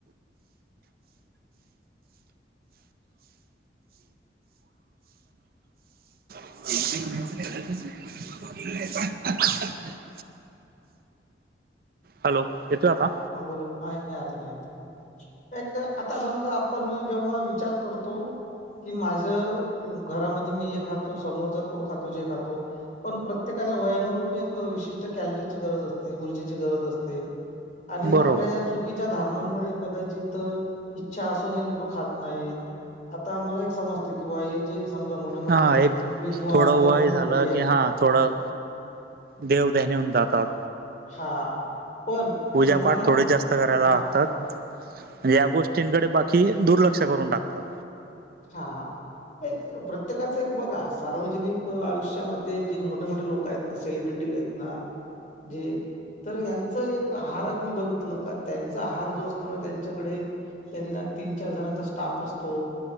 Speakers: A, on the right (about 55°); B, on the left (about 45°).
A: <inaudible> हॅलो. येतोय आता?
B: हा बोला. हा ये‌ नाही आता नाही येत. एक आता समजा आपण जेव्हा विचार करतो कि माझं घरामध्ये मी हे खातो, समोरचा तो खातो जे खातो पण प्रत्येकाला वयानुरूपी एक विशिष्ट कॅलरीची गरज असते, ऊर्जेची गरज असते. आणि
A: बरोबर
B: आपल यात चुक कीच्या धारणांमुळे कदाचित इच्छा असूनही लोक खात नाहीत. आता मला एक समजत की बाबा हे जे समजा मोठे मोठे
A: हा एक
B: विद्वान
A: थोडं
B: तज्ज्ञ
A: वय झालं,
B: मंडळी आहेत
A: की हा थोडं देव दहन्यून होऊन जातात.
B: हा पण
A: पूजापाठ
B: मला
A: थोडे जास्त करायला
B: हा
A: लागतात. जे या गोष्टींकडे बाकी दुर्लक्ष करून टाकतात.
B: हा. एक प्रत्येकाच एक बघा सार्वजनिक आयुष्यामध्ये जे मोठे मोठे लोक आहेत ना सेलिब्रिटी आहेत. ना जे तर यांचं एक आहारात मी बघितलं का त्यांचा आहार जो असतो ना त्यांच्याकडे त्यांना तीन, चार जणांचा स्टाफ असतो.